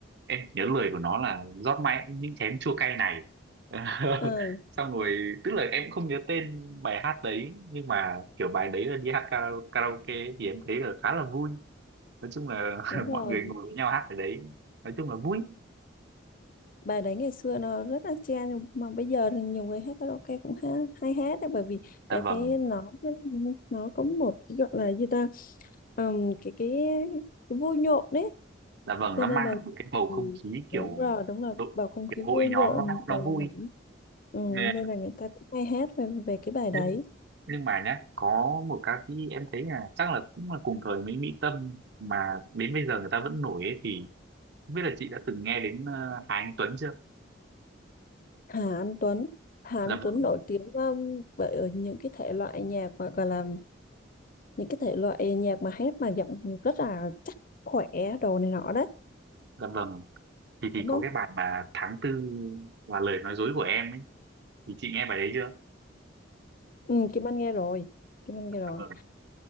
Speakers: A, on the right; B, on the left.
A: em nhớ lời của nó là rót mãi những chén chua cay này. <laughs>
B: ừ
A: Xong rồi tức là em cũng không nhớ tên bài hát đấy nhưng mà kiểu bài đấy là đi hát kara- karaoke ấy, thì em thấy là khá là vui. nói chung là
B: đúng
A: <laughs>
B: rồi
A: mọi người ngồi với nhau hát ở đấy nói chung là vui
B: bài đấy ngày xưa nó rất là chen nhưng mà bây giờ thì nhiều người hát karaoke cũng ha, hay hát đấy bởi vì
A: dạ
B: cái
A: vâng
B: cái nó nó có một cái gọi là gì ta ừm, cái, cái cái vui nhộn đấy
A: dạ vâng
B: cho
A: nó
B: nên
A: mang
B: là
A: lại một cái bầu
B: ừ,
A: không khí
B: đúng
A: kiểu
B: rồi đúng là
A: đội
B: bầu không
A: kiểu
B: khí
A: hội
B: vui nhộn
A: nhóm nó nó
B: rồi
A: vui
B: nên là ừ,
A: Nè,
B: nên là người ta cũng hay hát về, về cái bài
A: nhưng
B: đấy
A: nhưng mà nhá có một ca sĩ em thấy là chắc là cũng là cùng thời với Mỹ Tâm mà đến bây giờ người ta vẫn nổi ấy thì không biết là chị đã từng nghe đến ờ, Hà Anh Tuấn chưa
B: Hà Anh Tuấn Hà Anh
A: dạ
B: Tuấn
A: vâng
B: nổi tiếng um, bởi ở những cái thể loại nhạc mà gọi là những cái thể loại nhạc mà hát mà giọng rất là chắc khỏe đồ này nọ đấy
A: dạ vâng thì thì
B: đúng
A: có
B: không
A: cái bài mà tháng tư là lời nói dối của em ấy thì chị nghe bài đấy chưa
B: ừ, Kim Anh nghe rồi Kim Anh nghe rồi
A: dạ vâng